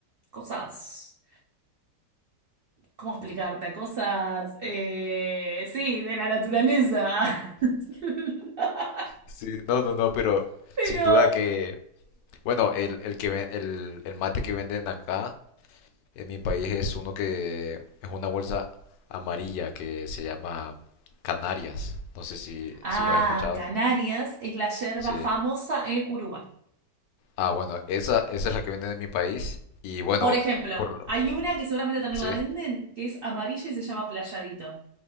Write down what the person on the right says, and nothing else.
cosas. ¿Cómo explicarte? A cosas, eh, sí, de la naturaleza. <laughs>
Pero,
ah,
Canarias es la yerba
famosa en Uruguay.
Por ejemplo,
hay una que seguramente también
la venden, que es amarilla y se llama playadito.